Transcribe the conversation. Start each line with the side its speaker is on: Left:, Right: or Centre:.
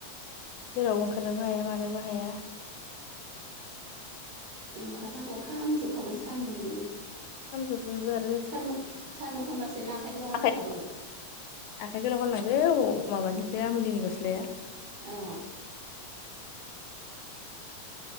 Left: जेरावबो ओंखारनोबो हाया मानोबो हाया
Right: ओंखारनांगौबा खामजोबखागोन सान्दुंजोंनो
Left: सानजौफुनिबो आरो
Right: सानदु सानदुं खामासै ना आखाय गोलाव गानलां
Left: आखाइ
Right: खादोंमोन
Left: आखाइ गोलाव गानलांदो अबाव माबानिखौ आमिलिनि गस्लाया
Right: औ